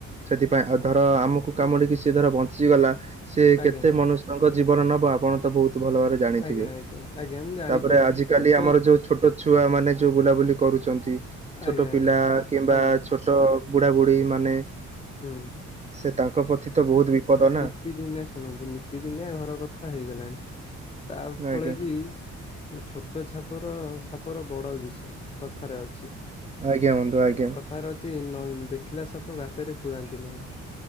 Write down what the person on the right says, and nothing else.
ସେଥିପାଇଁ ଆଉ ଧର ଆମୁକୁ କାମୁଡ଼ି କି ସିଏ ଧର ବଞ୍ଚିଗଲା ସେ
କେତେ ମନୁଷ୍ୟଙ୍କ ଜୀବନ ନବ ଆପଣ ତ ବହୁତ ଭଲ ଭାବରେ ଜାଣିଥିବେ।
ତାପରେ ଆଜି
କାଲି ଆମର ଯୋଉ ଛୋଟ ଛୁଆମାନେ ଯୋଉ ବୁଲାବୁଲି କରୁଛନ୍ତି। ଛୋଟ
ପିଲା
କିମ୍ବା
ଛୋଟ ବୁଢ଼ାବୁଢ଼ୀ ମାନେ
ସେ ତାଙ୍କ ପ୍ରତି ତ ବହୁତ ବିପଦ ନାଁ।
ଆଜ୍ଞା
ଆଜ୍ଞା ବନ୍ଧୁ ଆଜ୍ଞା।